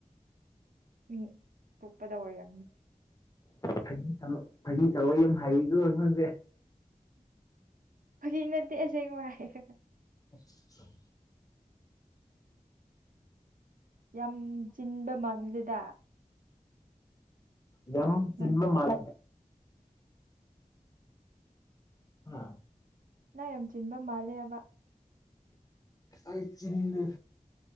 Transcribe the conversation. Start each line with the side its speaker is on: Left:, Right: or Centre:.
Right: ꯃꯤ ꯇꯣꯛꯄꯗ ꯑꯣꯏꯔꯝꯅꯤ
Left: ꯐꯒꯤ ꯇꯧ ꯐꯥꯒꯤ ꯇꯧꯕꯒ ꯌꯥꯝ ꯍꯩꯀꯣ ꯑꯉꯥꯡꯁꯦ
Right: ꯐꯒꯤ ꯅꯠꯇꯦ ꯑꯁꯦꯡꯕ ꯍꯥꯏꯔꯒ
Left: <unintelligible>
Right: ꯌꯥꯝ ꯆꯤꯟꯕ ꯃꯥꯟꯂꯦꯗ
Left: ꯌꯥꯝ ꯆꯤꯟꯕ
Right: ꯅꯪꯁꯦ
Left: ꯃꯥꯜ ꯍꯥ
Right: ꯅꯪ ꯌꯥꯝ ꯆꯤꯟꯕ ꯃꯥꯜꯂꯦ ꯍꯥꯏꯕ
Left: ꯑꯩ ꯆꯤꯟꯗꯦ